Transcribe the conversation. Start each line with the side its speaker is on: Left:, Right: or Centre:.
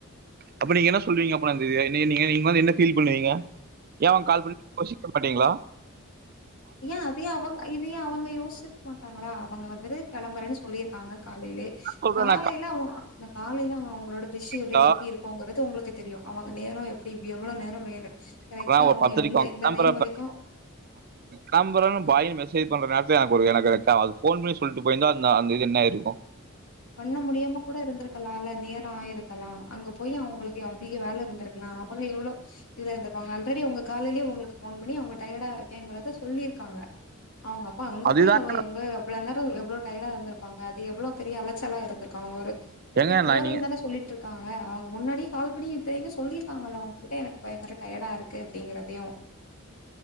Right: அப்ப நீங்க என்ன சொலுவீங்க அப்புற நீங்க வந்து என்ன பீல் பண்ணுவீங்க ஏ அவங்க கால் பண்ணி கொஸ்டின் கேக்க மாடீங்களா
Left: ஏ அதயே அவங்க இதயே அவங்க யோசிருக்க மாடாங்களா அவங்க வந்து கிளம்பறனு சொலிருகாங்க காலைல-காலைல-காலைல
Right: சொல்றேன் நான்
Left: அங்களோட விஷடல்
Right: கரெக்ட்டா
Left: எப்டி இருகுங்கிறது உங்களுகு தெரியு அவங்க நேர எப்டி எவ்ளோ நேர வேணு கரெக்டா
Right: இப்தவ
Left: அவங்க
Right: பதிரைகு
Left: எந்த
Right: அங்க
Left: இந்த
Right: கிளம்பறப
Left: டைம் வரைக்கு
Right: கெளபரனு பாயுனு மெசேஜ் பண்றேரதில எனகு ஒரு எனகு க அது போன் பண்ணி சொலிடு போயிருந்த அந்த-அந்த இது என்ன ஆஇருக்கு
Left: பண்ண முடியாம கூட இருந்திருகலா இல்ல நேர ஆயிருகலா அங்க போய் அவங்களுகு அதிக வேல இருதிருகலா அவங்க எவளோ இதுலருந்த இருப்பாங்க ஆல்ரெடி உங்களுகு காலையேயே உங்களுகு போன் பண்ணி அவங்க டயடா இருகேங்கிறத சொலிருகாங்க அவங்க அபா அங்க
Right: அதுதாங்க
Left: போய் அவ எங்க அவ்ள நேர டயடா இருந்ருபாங்க அது எவ்ளோ பெரிய அலக் சலா இருந்துகாங்க ஒரு இடத்துகு
Right: ஏங்க
Left: போறேனு
Right: நான் நீங்க
Left: தானே சொல்லிட் இருக் இருகாங்க அவங்க முன்னாடியே கால் பண்ணி தெளிவா சொலியிருகாங்கல உங்ககிட்ட எனகு பயங்கர டயடா இருகு அப்டிங்கறதையு